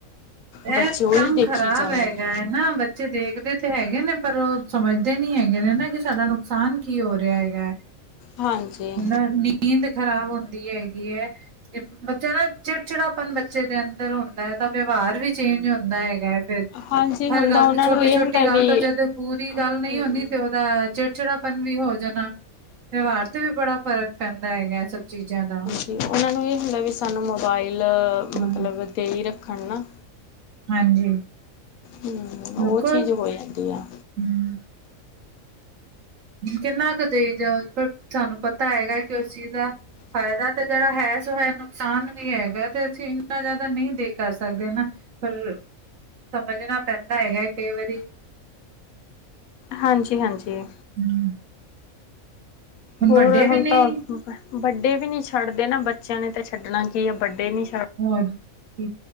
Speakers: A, on the right (about 70°); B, on the left (about 85°).
A: ਇਹ
B: ਬੱਚੇ ਉਹੀ
A: ਕੰਮ
B: ਦੇਖੀ
A: ਖ਼ਰਾਬ
B: ਜਾਂਦੇ
A: ਹੈਗਾ।
B: ਨੇ
A: ਨਾ ਬੱਚੇ ਦੇਖਦੇ ਤੇ ਹੈਗੇ ਨੇ। ਪਰ ਉਹ ਸਮਝਦੇ ਨੀ ਹੈਗੇ। ਨੇ ਨਾ ਕਿ ਸਾਡਾ ਨੁਕਸਾਨ ਕੀ ਹੋ ਰਿਹਾ ਹੈਗਾ।
B: ਹਾਂਜੀ
A: ਹਨਾ ਨੀਂਦ ਖ਼ਰਾਬ ਹੁੰਦੀ ਹੈਗੀ ਹੈ। ਜ ਬੱਚਾ ਨਾ ਚਿੜਚਿੜਾਪਨ ਬੱਚੇ ਦੇ ਅੰਦਰ ਹੁੰਦਾ। ਹੈ ਤਾਂ ਵਿਵਹਾਰ ਵੀ ਚੇਂਜ ਹੁੰਦਾ ਹੈਗਾ। ਫੇਰ
B: ਹਾਂਜੀ ਹੁੰਦਾ
A: ਹਰ ਗੱਲ
B: ਉਹਨਾਂ
A: ਤੇ ਛੋਟੀ-
B: ਨੂੰ ਇਹ
A: ਛੋਟੀ
B: ਹੁੰਦਾ
A: ਗੱਲ
B: ਵੀ
A: ਤੋਂ ਜਦ ਪੂਰੀ
B: ਹਮ
A: ਗੱਲ ਨਹੀਂ ਹੁੰਦੀ ਤੇ। ਚਿੜਚਿੜਾ ਪਨ ਵੀ ਹੋ ਜਾਣਾ। ਵਿਵਹਾਰ ਤੇ ਵੀ ਬੜਾ ਫ਼ਰਕ ਪੈਂਦਾ ਹੈਗਾ। ਸ- ਚੀਜ਼ਾਂ ਦਾ।
B: ਤੇ ਉਹਨਾਂ ਨੂੰ ਇਹ ਹੁੰਦਾ ਵੀ ਸਾਨੂੰ, ਮੋਬਾਈਲ
A: ਹਾਂ,
B: ਮਤਲਬ ਦੇ ਹੀ ਰੱਖਣ ਨਾ।
A: ਹਾਂਜੀ।
B: ਹੂੰ,
A: ਬਿਲਕੁਲ।
B: ਉਹ ਚੀਜ਼ ਹੋ ਜਾਂਦੀ ਆ।
A: <inaudible> ਕਿੰਨਾ ਕੁ ਦੇਈ ਜਾਓ, ਪਰ ਸਾਨੂੰ ਪਤਾ ਹੈਗਾ ਕਿ ਉਸ ਚੀਜ਼ ਦਾ। ਫ਼ਾਇਦਾ ਤੇ ਜਿਹੜਾ ਹੈ ਸੋ ਹੈ, ਨੁਕਸਾਨ ਵੀ ਹੈਗਾ। ਤੇ ਅਸੀਂ ਇੰਨਾ ਜ਼ਿਆਦਾ ਨਹੀਂ ਦੇ ਕਰ ਸਕਦੇ ਹਨ ਨਾ। ਪਰ ਸਮਝਣਾ ਪੈਂਦਾ ਹੈਗਾ, ਕਈ ਵਾਰੀ।
B: ਹਾਂਜੀ- ਹਾਂਜੀ।
A: <inaudible>
B: ਹੋਰ
A: ਵੱਡੇ
B: ਹੁਣ
A: ਵੀ ਨਹੀਂ
B: ਤਾਂ, ਵੱਡੇ ਵੀ ਨਹੀਂ ਛੱਡਦੇ ਨਾ ਬੱਚਿਆਂ ਨੇ ਤਾਂ ਛੱਡਣਾ ਕੀ ਆ, ਵੱਡੇ ਨੀ।
A: ਹੋਰ ਜੀ